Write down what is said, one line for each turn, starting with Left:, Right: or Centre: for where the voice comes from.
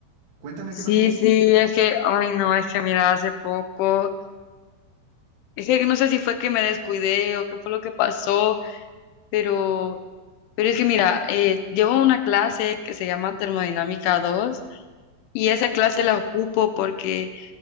Right: Cuéntame
Left: sí,
Right: qué pasó.
Left: sí, es que, ay no, es que mira, hace poco, es que no sé si fue que me descuidé o qué fue lo que pasó, pero, pero es que mira, eh, llevo una clase que se llama Termodinámica dos y esa clase la ocupo porque